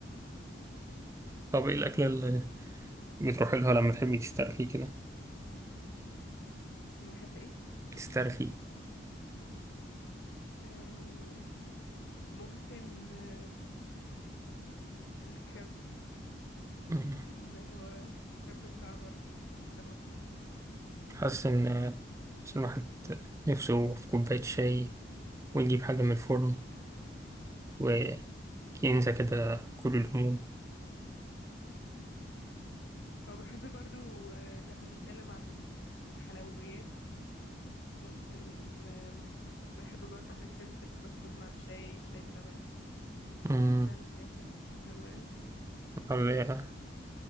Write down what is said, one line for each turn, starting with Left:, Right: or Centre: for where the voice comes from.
Right: طب إيه الأكلة اللي بتروحي لها لما تحبي تسترخي كده
Left: أما احب ايه
Right: تسترخي
Left: أم، ممكن آم، الكريب
Right: مم.
Left: اللي هو الكريب بتاع بر بتاع المطعم.
Right: حاسس إن حاسس إن الواحد نفسه في كوباية شاي ونجيب حاجة من الفرن وكنسى كده كل الهموم
Left: أو بحب برضو آه، لو هنتكلم عن الحلويات ممكن آم، بحب برضو فكرة البسكوت مع الشاي شاي بلبن
Right: أمم،
Left: بحسها من الحاجات المهمة يعني.
Right: والله